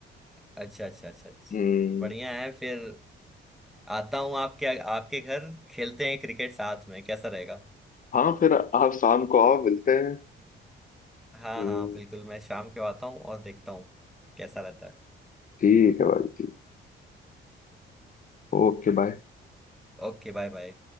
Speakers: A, in the centre; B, on the left.
A: अच्छा अच्छा अच्छा अच्छा
B: हम्म
A: बढ़िया है फिर आता हूँ आपके आपके घर खेलते हैं क्रिकेट साथ में कैसा रहेगा
B: हाँ फिर आप शाम को आओ मिलते हैं
A: हाँ
B: हम्म
A: हाँ बिल्कुल मैं शाम को आता हूँ और देखता हूँ कैसा रहता है
B: ठीक है भाई ठीक Okay bye
A: Okay bye bye